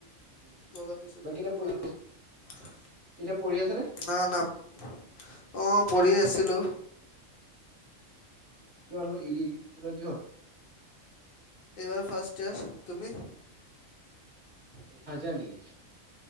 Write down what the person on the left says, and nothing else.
অলাৰ পিছত
পূৰা
ৰ'দ
না না অ পঢ়ি আছিলো।
টোৱেল ফাৰ্ষ্ট ইয়াৰছ, তুমি?